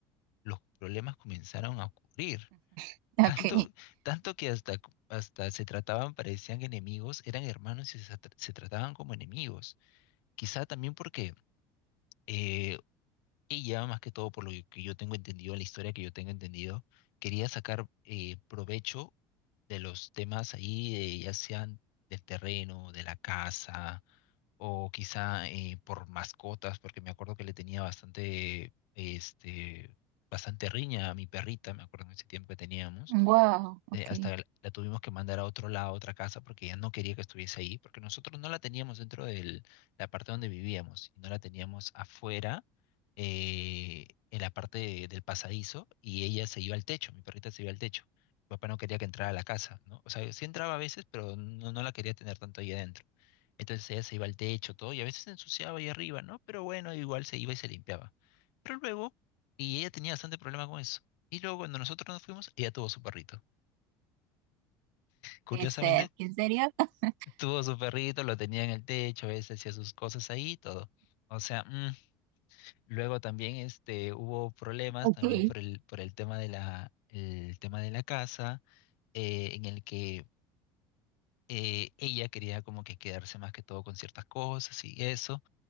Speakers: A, on the left; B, on the right.
A: los problemas comenzaron a ocurrir. <laughs>
B: <laughs> Ok.
A: Tanto, tanto que hasta, hasta se trataban, parecían enemigos, eran hermanos y se, tra- se trataban como enemigos. Quizá también porque eh, ella, más que todo por lo que yo tengo entendido, la historia que yo tengo entendido, quería sacar eh, provecho de los temas ahí, de- ya sean del terreno, de la casa, o quizá eh, por mascotas, porque me acuerdo que le tenía bastante, este, bastante riña a mi perrita, me acuerdo en ese tiempo que teníamos
B: Wow, ok.
A: eh, hasta la la tuvimos que mandar a otro lado, a otra casa, porque ella no quería que estuviese ahí, porque nosotros no la teníamos dentro de la parte donde vivíamos, y no la teníamos afuera, eh, en la parte de- del pasadizo, y ella se iba al techo, mi perrita se iba al techo. Mi papá no quería que entrara a la casa, ¿no? O sea, sí entraba a veces, pero no, no la quería tener tanto ahí adentro. Entonces ella se iba al techo, todo, y a veces se ensuciaba ahí arriba, ¿no? Pero bueno, igual se iba y se limpiaba. Pero luego, y ella tenía bastante problema con eso. Y luego cuando nosotros nos fuimos, ella tuvo su perrito. Curiosamente,
B: Puede ser. ¿En serio? <laughs>
A: tuvo su perrito, lo tenía en el techo, ese hacía sus cosas ahí y todo. O sea, mm, luego también este, hubo problemas
B: Ok.
A: también por el, por el tema de la, el tema de la casa, eh, en el que eh, ella quería como que quedarse más que todo con ciertas cosas y eso.